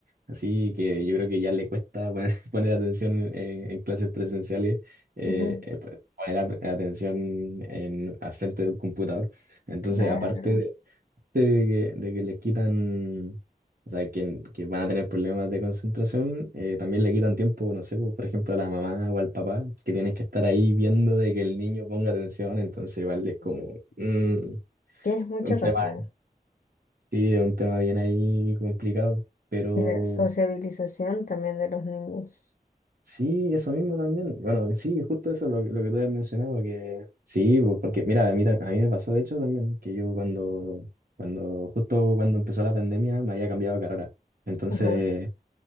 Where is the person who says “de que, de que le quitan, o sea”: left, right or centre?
Right